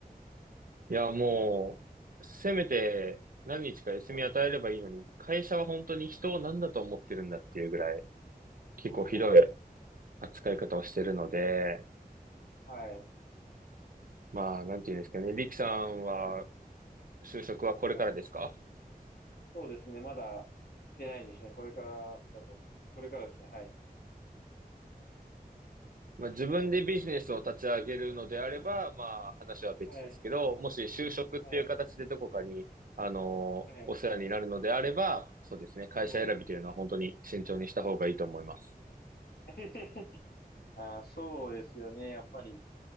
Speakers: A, on the right; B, on the left.
A: いや、もう、せめて何日か休み与えればいいのに、
B: はい。
A: 会社は本当に人を何だと思ってるんだっていうぐらい、結構ひどい
B: うお
A: 扱い方をしてるので、
B: ーはい。
A: まあ、なんていうんですかね。
B: いや
A: リキさんは、
B: ー、は
A: 就職はこれからですか
B: い。はい。そうですね。まだ来てないですね。これからだと思う。これからですね。はい。
A: まあ、自分でビジネスを立ち上げるのであれば、まあ話は別ですけど、
B: はい。
A: もし就職っていう形でどこかに、
B: はい。
A: あの、
B: はい。
A: お世話になるのであれば、そうですね、会社選びというのは本当に慎重にした方がいいと思います。
B: はい。<laughs> あー、そうですよね。やっぱり、